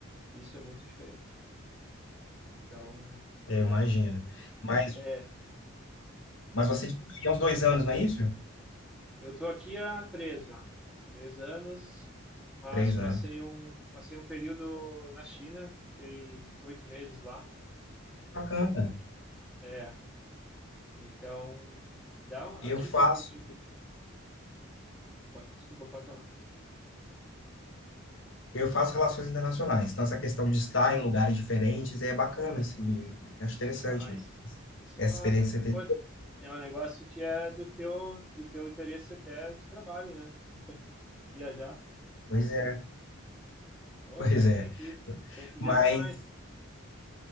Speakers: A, in the centre; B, on the left.
A: isso é muito diferente. Então,
B: É,
A: né,
B: eu imagino. Mas,
A: é,
B: mas você disse que há uns dois anos, não é isso?
A: eu tô aqui há três já, três anos, mas
B: Três
A: passei
B: anos.
A: um, passei um período na China, fiquei oito meses lá,
B: Bacana.
A: É. Então, dá um, aqui
B: Eu faço,
A: de Porto de, Po- desculpa, pode falar.
B: eu faço relações internacionais. Então, essa questão de estar em lugares diferentes é bacana,
A: Pô, que
B: assim.
A: massa.
B: Acho interessante
A: Faz. Isso
B: essa
A: é massa,
B: experiência.
A: cara.
B: que você
A: Pô,
B: teve.
A: é um negócio que é do teu, do teu interesse até de trabalho, né? Viajar.
B: Pois é,
A: Pô,
B: pois
A: cara,
B: é.
A: tem que, tem que viajar
B: Mas,
A: mais.